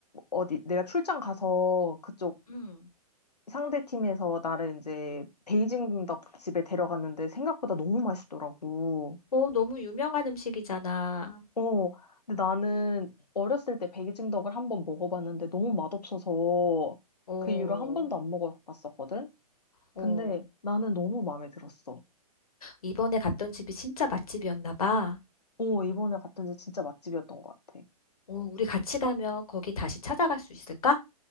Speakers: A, on the left; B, on the left.
A: 어디 내가 출장 가서 그쪽
B: 음.
A: 상대 팀에서 나를 이제 베이징 덕 집에 데려갔는데 생각보다 너무 맛있더라고.
B: 오, 너무 유명한 음식이잖아.
A: 어, 근데 나는 어렸을 때 베이징 덕을 한번 먹어봤는데 너무 맛없어서
B: 오,
A: 그 이후로 한 번도 안 먹어봤었거든?
B: 오.
A: 근데 나는 너무 마음에 들었어.
B: 이번에 갔던 집이 진짜 맛집이었나 봐.
A: 어, 이번에 갔던 데 진짜 맛집이었던 것 같아.
B: 오, 우리 같이 가면 거기 다시 찾아갈 수 있을까?